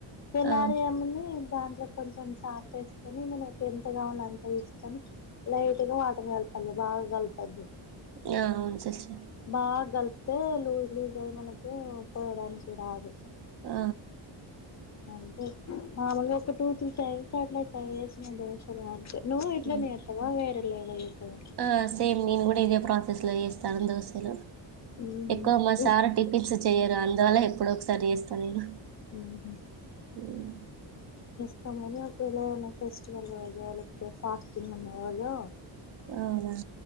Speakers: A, on the left; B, on the right.
A: తెల్లరి
B: ఆ
A: ఏముంది. దాంట్లో కొంచెం సాల్ట్ వేసుకొని నీకు ఎంత కావాల అంత తీసుకొని లైట్ గా వాటర్ కలుపు మళ్ళీ బాగా కాలుపోదు
B: యావున్ శేశి
A: బాగా కలుపుతే లూజ్ లూజ్ అయి మనకు పోయడానికి రాదు,
B: ఆ
A: అంతే మామలుగా ఒక టూ త్రీ టైమ్స్ అట్లా ట్రై చేసిన దోశలో అంతే నువ్వు ఇట్ల
B: ఉమ్.
A: నే చేత్తవా వేరేలాగా చెత్తవా
B: ఆ సేమ్ నేను కూడా ఇదే ప్రాసెస్ లో చేస్తాను, దోలు
A: ఉహు
B: ఎక్కువ మా సార్ టిఫిన్స్ చెయరు అందువల్ల ఎప్పుడో ఒకసారి చేస్తా నేను
A: ఉహు
B: ఉమ్,
A: కొంతమంది ఒకవేళనా ఫెస్టివల్ రోజు లేకపోతే ఫాస్టింగ్ ఉన్న రోజు,
B: అవునా